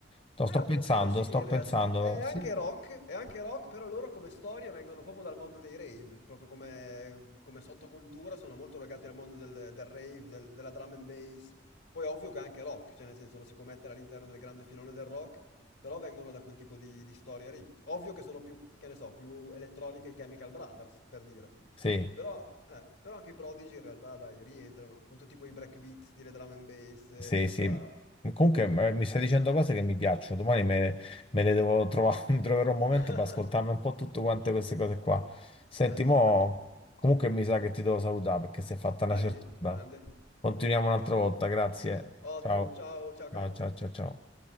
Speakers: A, on the left (about 30°); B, on the left (about 80°).
A: Sto, sto
B: Eh, un
A: pensando,
B: pochino sì,
A: sto
B: in realtà.
A: pensando.
B: È anche
A: Sì,
B: rock, è anche rock, però loro come storia vengono proprio dal mondo dei rave, proprio come, come sottocultura sono molto legati al mondo del, del rave, del- della drum and bass. Poi è ovvio che è anche rock, cioè nel senso lo si può mettere all'interno del grande filone del rock, però vengono da quel tipo di, di storia lì. Ovvio che sono più, che ne so, più elettroniche i Chemical Brothers, per dire.
A: sì,
B: Però, eh, però anche i Prodigy in realtà, dai, rientrano, con tutti quei breakbeat, stile drum and bass, eccetera.
A: sì. sì. Comunque eh, mi stai dicendo cose che mi piacciono. Domani me, me le devo trovare, <laughs> mi troverò un momento
B: <laughs>
A: per ascoltarmi un po' tutte quante queste cose qua. Senti,
B: Ah, ci
A: mo,
B: sta.
A: comunque mi sa che ti devo salutare perché si è fatta una
B: Dai,
A: certa. ora.
B: grande.
A: Continuiamo un'altra volta, grazie.
B: Ottimo,
A: Ciao.
B: ciao, ciao caro.
A: Ciao, ciao, ciao, ciao.